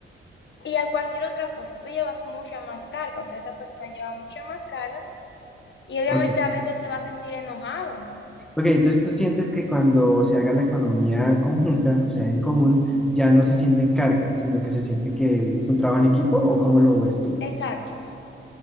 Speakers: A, on the left; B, in the centre.
A: y a cualquier otra cosa. Tú llevas mucha más carga, o sea, esa persona lleva mucha más carga y obviamente
B: ok.
A: a veces se va a sentir enojado.
B: Ok, entonces tú sientes que cuando se haga la economía conjunta, o sea, en común, ya no se sienten cargas, sino que se siente que es un trabajo en equipo, ¿o cómo lo ves tú?
A: Exacto.